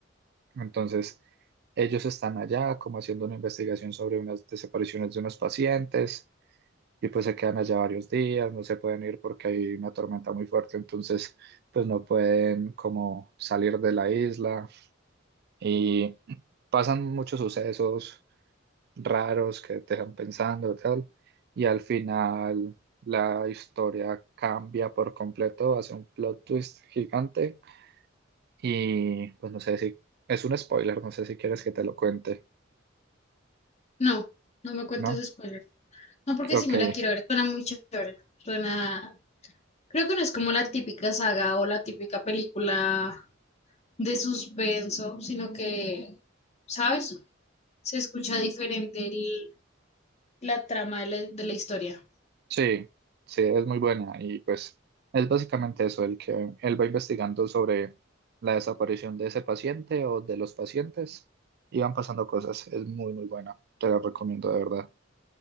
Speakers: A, on the right; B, on the left.
A: Entonces, ellos están allá como haciendo una investigación sobre unas desapariciones de unos pacientes y pues se quedan allá varios días, no se pueden ir porque hay una tormenta muy fuerte, entonces pues no pueden como salir de la isla y pasan muchos sucesos raros que te dejan pensando tal y al final la historia cambia por completo, hace un plot twist gigante Y pues no sé si es un spoiler, no sé si quieres que te lo cuente,
B: No, no me cuentes
A: ¿no?
B: spoiler. No, porque
A: Ok,
B: si me la quiero ver. Suena muy chévere. Suena. Creo que no es como la típica saga o la típica película de suspenso, sino que, ¿sabes? Se escucha diferente el- la trama de la, de la historia.
A: sí, sí, es muy buena y pues es básicamente eso, el que él va investigando sobre la desaparición de ese paciente o de los pacientes y van pasando cosas, es muy muy buena, te la recomiendo de verdad.